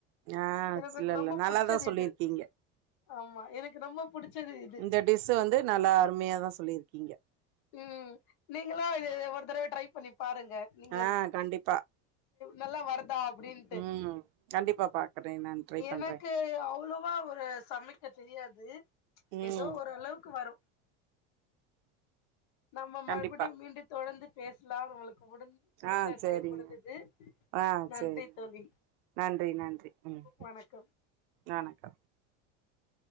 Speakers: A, on the right; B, on the left.
A: ஆஹ்
B: எனக்கு
A: இல்லல்ல
B: ரொம்ப
A: நல்லாதா
B: புடிச்சது
A: சொல்லிருக்கீங்க
B: இது ஆமா எனக்கு ரொம்ப புடிச்சது இது
A: இந்த டிஸ் வந்து நல்லா அருமையாதா சொல்லிருக்கீங்க
B: உம் நீங்களு இத ஒரு தடவ ட்ரை பண்ணி பாருங்க நீங்க
A: ஆ கண்டிப்பா
B: நல்லா வருதா அப்படின்ட்டு
A: ம் கண்டிப்பா பாக்குறே நான் ட்ரை பண்றே
B: எனக்கு அவ்வளவா ஒரு சமைக்க தெரியாது
A: ம்
B: ஏதோ ஓர் அளவுக்கு வரும் நம்ம மறுபடியு
A: கண்டிப்பா
B: மீண்டு தொடர்ந்து பேசலா உங்களுக் கு குடுத்த
A: ஆ சேரிங்க
B: டைம் முடிந்துது
A: ஆ
B: நன்றி
A: சேரி
B: தோழி
A: நன்றி நன்றி ம்
B: வணக்கம்
A: வணக்கம்